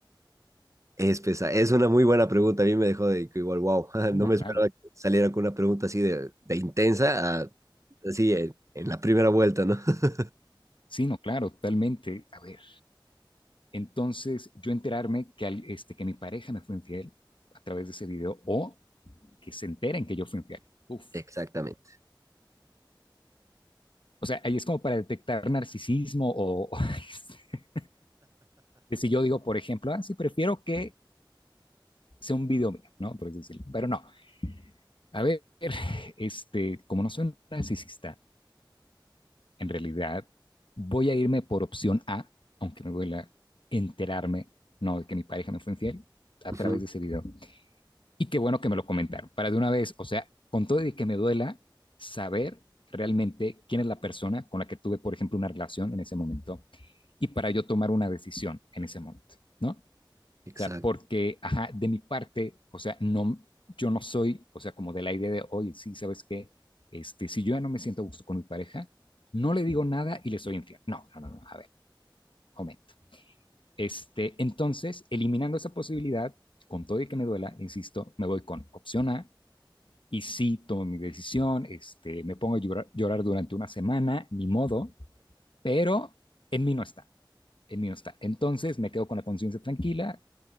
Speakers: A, on the right; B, on the left.
A: Es pesa- es una muy buena pregunta. A mí me dejó de que igual, wow, <laughs>
B: Sí,
A: no
B: no,
A: me
B: claro.
A: esperaba que saliera con una pregunta así de, de intensa, a- así en, en la primera vuelta, ¿no? <laughs>
B: Sí, no, claro, totalmente. A ver, entonces yo enterarme que, al- este, que mi pareja me fue infiel a través de ese video o que se enteren que yo fui infiel. Uf,
A: Exactamente.
B: O sea, ahí es como para detectar narcisismo o, o <laughs> si yo digo, por ejemplo, ah, sí, prefiero que sea un video mío, ¿no? Por decirlo. Pero no, a ver, <laughs> este, como no soy un narcisista, en realidad voy a irme por opción A, aunque me duela enterarme, no, de que mi pareja me fue infiel a
A: Ujú,
B: través de ese video. Y qué bueno que me lo comentaron, para de una vez, o sea, con todo y que me duela saber realmente quién es la persona con la que tuve, por ejemplo, una relación en ese momento y para yo tomar una decisión en ese momento, ¿no? O
A: Exacto.
B: sea, porque, ajá, de mi parte, o sea, no, yo no soy, o sea, como de la idea de, oye, sí, ¿sabes qué? Este, si yo ya no me siento a gusto con mi pareja, no le digo nada y le soy infiel. No, no, no, no, a ver, momento. Este, entonces, eliminando esa posibilidad, con todo y que me duela, insisto, me voy con opción A y sí tomo mi decisión, este, me pongo a llorar, llorar durante una semana, ni modo, pero en mí no está. el mío está. Entonces me quedo con la conciencia tranquila,